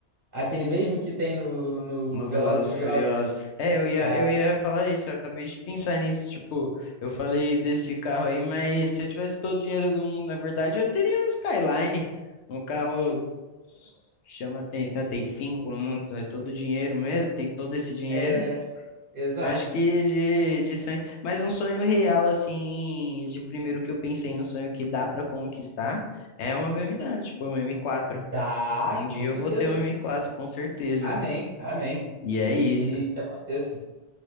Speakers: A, on the right; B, on the left.
A: aquele mesmo que tem no, no
B: Uma
A: Velozes
B: Velozes
A: e Furiosos.
B: e Furiosos. É,
A: Exato.
B: eu ia, eu ia falar isso, eu acabei de pensar nisso. Tipo, eu falei desse carro aí, mas se eu tivesse todo o dinheiro do mundo, na verdade, eu teria um Skyline. Um carro que chama atenção, tem cinco no mundo, é todo dinheiro mesmo, tem todo esse dinheiro.
A: É, exato.
B: Acho que de, de sonho, mas um sonho real, assim, de primeiro que eu pensei, um sonho que dá pra conquistar, é uma BMW, tipo uma M4.
A: Tá,
B: Um dia
A: com certeza.
B: eu vou ter uma M4, com certeza.
A: Amém, amém.
B: E
A: Que,
B: é isso.
A: que, que aconteça.